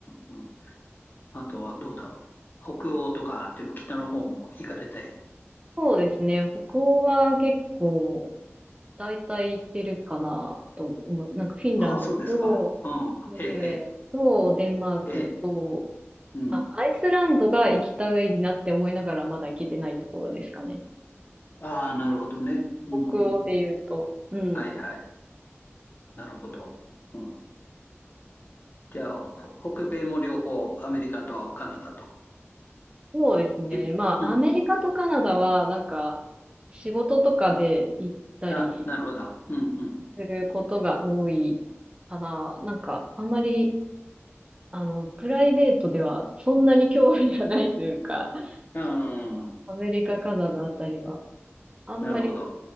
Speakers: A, on the left; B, on the right.
A: うんうん。あとはどうだろう。北欧とかっていうの北の方も行かれて。
B: そうですね。北欧は結構、大体行ってるかなと思う。なんかフィンランドと、
A: ああ、そうですか。うん。
B: ノルウェーと、
A: ええ、え
B: デンマークと、
A: ええ、うん。
B: あ、アイスランドが行きたいなって思いながらまだ行けてないところですかね。
A: ああ、なるほどね。うん、
B: 北欧で言うと。
A: うん、うん。
B: うん。
A: はい、はい。なるほど。うん。じゃあ、ほ北米も両方、アメリカとカナダと。
B: そうですね。
A: いうん。
B: まあ、アメリカとカナダは、なんか、仕事とかで行ったり
A: あ、なるほど。うん、う
B: することが多いかな。なんか、あまり、あの、プライベートではそんなに興味がないというか、
A: ん。ああ、
B: ちょアメリカ、カナダあたりは、あんまり
A: なるほど。